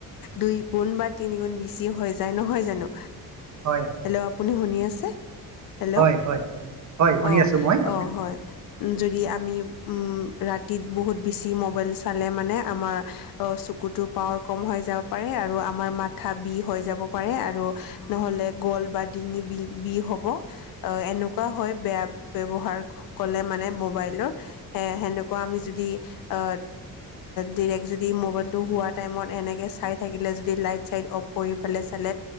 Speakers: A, on the left; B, on the right.
A: দুই গুণ বা তিনি গুণ বেছি হৈ যায় নহয় নহয় জানো
B: হয়
A: হেল্ল' আপুনি শুনি আছে! হেল্ল'
B: হয় হয় হয় হয় উম, হয়, শুনি
A: অঁ
B: আছো মই আপুনি
A: অঁ হয় যদি আমি উ ৰাতিত বহুত বেছি মবাইল চা পেলে মানে আমাৰ অ চকুটো পাৱাৰ কম হৈ যাব পাৰে আৰু আমাৰ মাঠা বিষ হৈ যাব পা পাৰে আৰু নহলে গল বা ডিঙি বি বিষ হ'ব এনেকুৱা হয় বেয়া ব্যৱহাৰ ক'লে মানে মোবাইলৰ সেনেকুৱা আমি যদি অ ডিৰেক্ট যদি মোবাইলটো হোৱা টাইমত এনেকে চাই থাকিলে যদি লাইট চাইট অফ কৰি পেলাই চালে